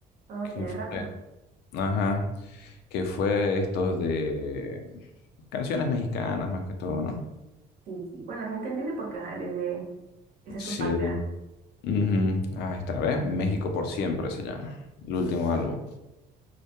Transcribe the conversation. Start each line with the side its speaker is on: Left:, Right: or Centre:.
Right: Oh,
Left: Que
Right: tiene
Left: fue,
Right: rato.
Left: ajá, que fue estos de canciones mexicanas más que todo, ¿no?
Right: Sí, sí. Bueno, es entendible porque ajá, él es de... Esa es
Left: Sí.
Right: su patria.
Left: ujú. Ah, esta vez México por siempre se llama. El último álbum.